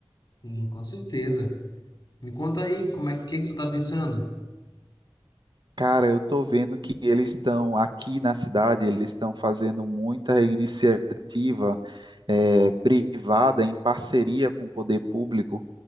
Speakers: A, on the left; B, on the right.
A: sim, com certeza. Me conta aí, como é que, que que tu tá pensando?
B: Cara, eu tô vendo que eles estão aqui na cidade, eles estão fazendo muita iniciativa eh, privada em parceria com o poder público.